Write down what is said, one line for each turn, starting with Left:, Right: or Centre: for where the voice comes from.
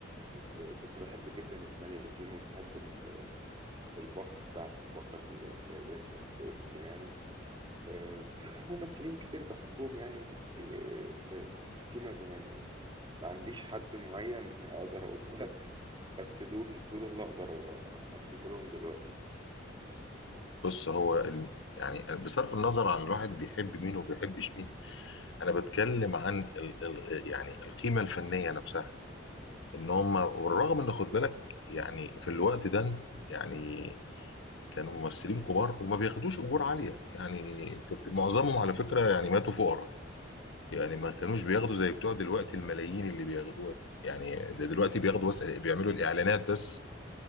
Right: آه، كنت بحب جدا إسماعيل ياسين وبحب ال- الباقة بتاعته الباقة اللي هي ب- باسمه يعني آه، وفي ممثلين كتير بحبهم يعني آه، في في في سيما زمان يعني ما عنديش حد معين اقدر اقوله لك بس دول دول اللي اقدر افتكرهم دلوقتي
Left: بص هو ال- يعني بصرف النظر عن الواحد بيحب مين وبيحبش مين انا بتكلم عن ال ال يعني القيمه الفنيه نفسها ان هم والرغم ان خد بالك يعني في الوقت ده يعني كانوا ممثلين كبار وما بياخدوش اجور عاليه يعني انت بت- معظمهم على فكره يعني ماتوا فقراء يعني ما كانوش بياخدوا زي بتوع دلوقتي الملايين اللي بياخدوها يعني ده دلوقتي بياخدوا بس بيعملوا الاعلانات بس